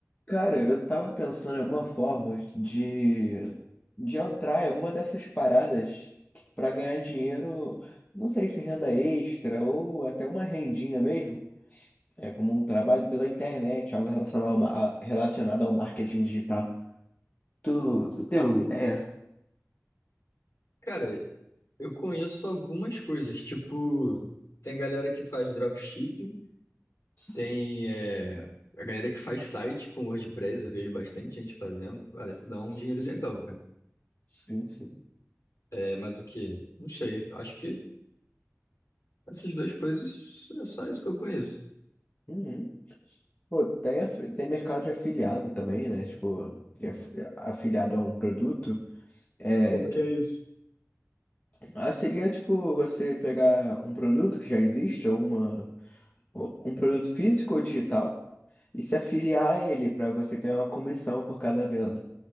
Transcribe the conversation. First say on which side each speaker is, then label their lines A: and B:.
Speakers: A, on the left; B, on the left.
A: Cara, eu tava pensando em alguma forma de, de entrar em alguma dessas paradas pra ganhar dinheiro, não sei se renda extra ou até uma rendinha mesmo. É como um trabalho pela internet, algo relacionado ao, ma- relacionado ao marketing digital. Tu, tu tem alguma ideia?
B: Cara, eu conheço algumas coisas, tipo, tem galera que faz dropshipping,
A: Sim,
B: tem é, a galera que faz site com WordPress, eu vejo bastante gente fazendo, parece que dá um dinheiro legal, cara.
A: sim. sim.
B: É, mas o quê? Não sei, acho que essas duas coisas é só isso que eu conheço.
A: Uhum. Pô, tem, afi- tem mercado de afiliado também, né? Tipo, de af- afiliado a um produto. é,
B: Como que é isso?
A: Ah, seria tipo você pegar um produto que já existe, ou uma, ou um produto físico ou digital, e se afiliar a ele para você ganhar uma comissão por cada venda.